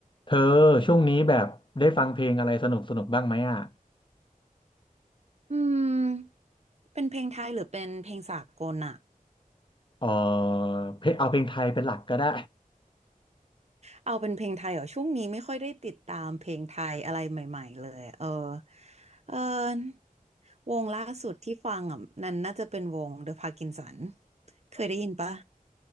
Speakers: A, on the left (about 35°); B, on the right (about 45°).
A: เธอช่วงนี้แบบได้ฟังเพลงอะไรสนุกสนุกบ้างไหมอ่ะ
B: อืมเป็นเพลงไทยหรือเป็นเพลงสากลอะ
A: เออเพลงเอาเพลงไทยเป็นหลักก็ได้
B: เอาเป็นเพลงไทยเหรอช่วงนี้ไม่ค่อยได้ติดตามเพลงไทยอะไรใหม่ๆเลยเออเออวงล่าสุดที่ฟังอ่ะนั่นน่าจะเป็นวง The Parkinson เคยได้ยินปะ